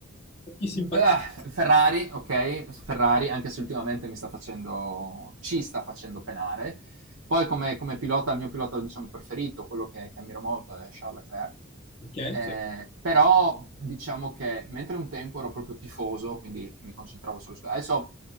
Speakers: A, on the left; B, on the right.
A: Chi simpatizzi?
B: Beh, Ferrari, ok, Ferrari anche se ultimamente mi sta facendo, ci sta facendo penare. Poi come, come pilota, il mio pilota diciamo, preferito, quello che, che ammiro molto è Charles Leclerc.
A: Ok,
B: Eh,
A: sì.
B: però diciamo che mentre un tempo ero proprio tifoso, quindi mi concentravo solo su... Adesso